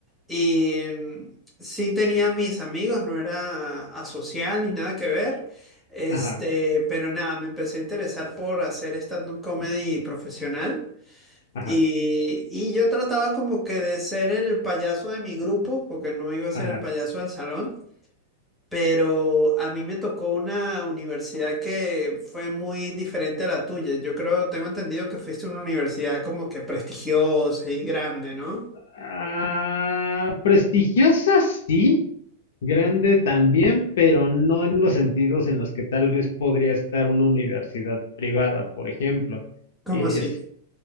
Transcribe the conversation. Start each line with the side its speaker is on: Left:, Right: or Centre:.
Centre: y mm, sí tenía mis amigos, no era asocial ni nada que ver, este,
Left: Ajá,
Centre: pero nada, me empecé a interesar por hacer stand-up comedy profesional.
Left: ajá,
Centre: Y, y yo trataba como que de ser el payaso de mi grupo, porque no iba a ser
Left: ajá.
Centre: el payaso del salón, pero a mí me tocó una universidad que fue muy diferente a la tuya. Yo creo, tengo entendido que fuiste a una universidad como que prestigiosa y grande, ¿no?
Left: Ah, prestigiosa sí, grande también, pero no en los sentidos en los que tal vez podría estar una universidad privada, por ejemplo,
Centre: ¿Cómo
Left: que
Centre: así?